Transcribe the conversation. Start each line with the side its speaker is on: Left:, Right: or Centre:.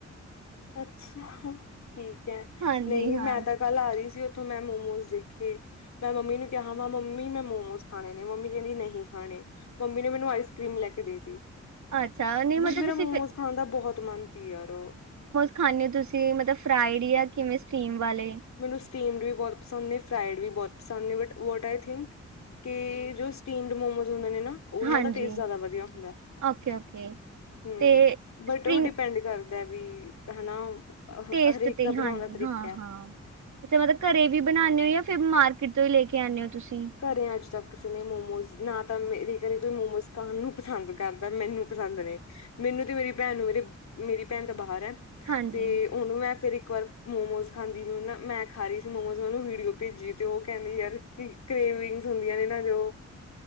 Left: ਅੱਛਾ ਠੀਕ ਐ
Right: ਹਾਂਜੀ
Left: ਨਈ
Right: ਹਾਂ
Left: ਮੈਂ ਤਾਂ ਕੱਲ ਆ ਰੀ ਸੀ ਉੱਥੋਂ ਮੈਂ ਮੋਮੋਸ ਦੇਖੇ- ਮੈਂ ਮੰਮੀ ਨੂੰ ਕਿਹਾ ਮਾ ਮੰਮੀ ਮੈਂ ਮੋਮੋਸ ਖਾਣੇ ਨੇ ਮੰਮੀ ਕੈੰਦੀ ਨਹੀਂ ਹਾਣੇ ਮੰਮੀ ਨੇ ਮੈਨੂੰ ਆਈਸ ਕਰ੍ਰੀਮ ਲੈ ਕੇ ਦੇ ਤੀ।
Right: ਅੱਛਾ ਨਹੀਂ ਮਤਲਬ
Left: ਬਟ ਮੇਰਾ
Right: ਤੁਸੀਂ
Left: ਮੋਮੋਸ ਖਾਣ ਦਾ ਬੋਹਤ ਮਨ ਸੀ ਯਾਰ।
Right: ਖਾਂਣੇ ਔ ਤੁਸੀਂ ਮਤਲਬ ਫਰਾਈਡ ਯਾਂ ਕਿਵੇਂ ਸਟੀਮ ਵਾਲੇ
Left: ਮੈਨੂੰ ਸਟੀਮਡ ਵੀ ਬੋਹਤ ਪਸੰਦ ਨੇ ਫਰਾਈਡ ਵੀ ਬੋਹਤ ਪਸੰਦ ਨੇ ਬਟ ਓਵਰ ਆਈ ਥਿੰਕ ਕੇ ਜੋ ਸਟੀਮਡ ਮੋਮੋਜ਼ ਹੁੰਦੇ ਨੇ ਨਾ ਉਨਾਂ
Right: ਹਾਂਜੀ
Left: ਦਾ ਟੇਸਟ ਜ਼ਿਆਦਾ ਵਧੀਆ ਹੁੰਦਾ
Right: ਓਕੇ ਓਕੇ
Left: ਹੂੰ
Right: ਤੇ
Left: ਬਟ
Right: ਸਪਰਿੰਗ
Left: ਓ ਡਿਪੈਂਡ ਕਰ ਦਾ ਵੀ ਹੈਨਾ
Right: ਟੇਸਟ
Left: ਹਰੇਕ
Right: ਤੇ
Left: ਦਾ
Right: ਹਾਂਜੀ
Left: ਬਣੋਣ ਦਾ ਤਰੀਕਾ
Right: ਹਾਂ ਹਾਂ ਅੱਛਾ ਮਤਲਬ ਘਰੇ ਵੀ ਬਣਾਓਣੇ ਓ ਯਾੱ ਫਿਰ ਮਾਰਕੀਟ ਤੋਂ ਈ ਲੈ ਕੇ ਆਣੇ ਓ ਤੁਸੀਂ।
Left: ਕਰੇ ਅੱਜ ਤੱਕ ਕਿਸੇ ਨੇ ਮੋਮੋਜ਼ ਨਾ ਤਾਂ ਮੇਰੇ ਕਰੇ ਕੋਈ ਮੋਮੋਜ਼ ਖਾਣ ਨੂੰ ਪਸੰਦ ਕਰਦਾ ਮੈਨੂੰ ਪਸੰਦ ਨੇ ਮੈਨੂੰ ਤੇ ਮੇਰੀ ਪੈਣ ਨੂੰ ਮੇਰੇ ਮੇਰੀ ਪੈਣ ਤੇ ਬਾਹਰ ਐ
Right: ਹਾਂਜੀ
Left: ਤੇ ਓਨੂੰ ਮੈਂ ਫੇਰ ਇੱਕ ਵਾਰ ਮੋਮੋਜ਼ ਖਾਂਦੀ ਨੂੰ ਨਾ, ਮੈਂ ਖਾ ਰੀ ਸੀ ਮੋਮੋਜ਼ ੳਨੂੰ ਵੀਡੀਓ ਪੇਜੀ। ਤੇ ਓ ਕੈੰਦੀ ਯਾਰ ਕਿ ਕੇ੍ਵਿੰਗਸ ਹੁੰਦੀਆਂ ਨੇ ਨਾਂ ਜੋ